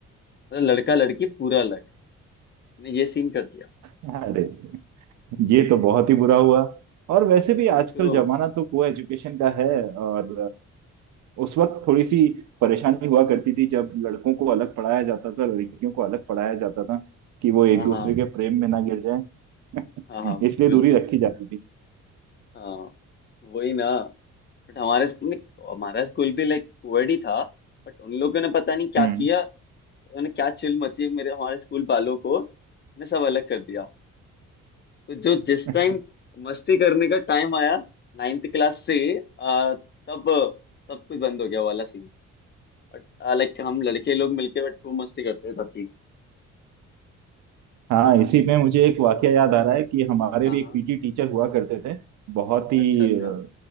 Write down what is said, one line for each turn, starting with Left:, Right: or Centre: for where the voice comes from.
Left: तो लड़का लड़की पूरा अलग ने ये सीन कर दिया
Right: अरे ये तो बहुत ही बुरा हुआ और वैसे भी आजकल
Left: वही तो
Right: जमाना तो को एजुकेशन का है और उस वक्त थोड़ी सी परेशानी हुआ करती थी जब लड़कों को अलग पढ़ाया जाता था लड़कियों को अलग पढ़ाया जाता था कि वो एक
Left: हाँ
Right: दूसरे
Left: हाँ
Right: के प्रेम में ना गिर जाए <laughs>
Left: हाँ हाँ बिल्कुल
Right: इसलिए दूरी रखी जाती थी
Left: हाँ वही ना बट हमारे स्कूल में हमारा स्कूल भी लाइक कोएड ही था बट उन लोगों ने पता नहीं क्या
Right: हम्म
Left: किया उन्होंने क्या चिल मची मेरे हमारे स्कूल वालों को ने सब अलग कर दिया तो जो जिस
Right: <laughs>
Left: टाइम मस्ती करने का टाइम आया नाइन्थ क्लास से आ, तब सब कुछ बंद हो गया वाला सीन बट लाइक हम लड़के लोग मिलके बट खूब मस्ती करते थे तब की
Right: हाँ इसी में मुझे एक वाकया याद आ रहा है कि हमारे
Left: हाँ
Right: भी एक
Left: हाँ
Right: पीटी टीचर हुआ करते थे बहुत ही
Left: अच्छा अच्छा
Right: अ,